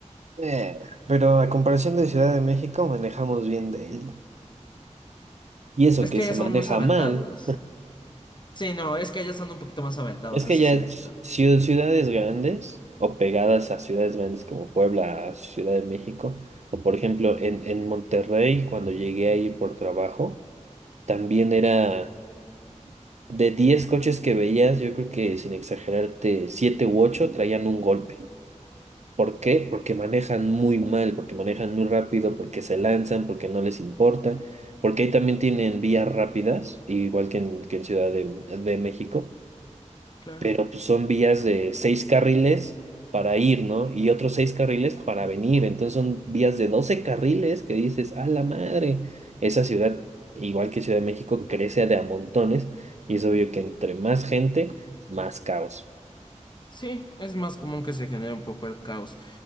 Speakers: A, on the right; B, on the left.
A: Eh, pero a comparación de Ciudad de México, manejamos bien Delhi. Y eso
B: Es
A: que
B: que
A: se
B: ya son
A: maneja
B: más aventados.
A: mal,
B: Sí, no, es que allá son un poquito más aventados,
A: es
B: eso
A: que ya
B: sí
A: es
B: he visto.
A: ciu- ciudades grandes o pegadas a ciudades grandes como Puebla, Ciudad de México, o por ejemplo en, en Monterrey, cuando llegué ahí por trabajo, también era de 10 coches que veías, yo creo que sin exagerarte, 7 u 8 traían un golpe. ¿Por qué? Porque manejan muy mal, porque manejan muy rápido, porque se lanzan, porque no les importa, porque ahí también tienen vías rápidas, igual que en, que en Ciudad de, de México,
B: Claro.
A: pero pues son vías de seis carriles para ir, ¿no? Y otros seis carriles para venir, entonces son vías de 12 carriles que dices, ¡a la madre! Esa ciudad, igual que Ciudad de México, crece de a montones y es obvio que entre más gente, más caos.
B: Sí, es más común que se genere un poco el caos.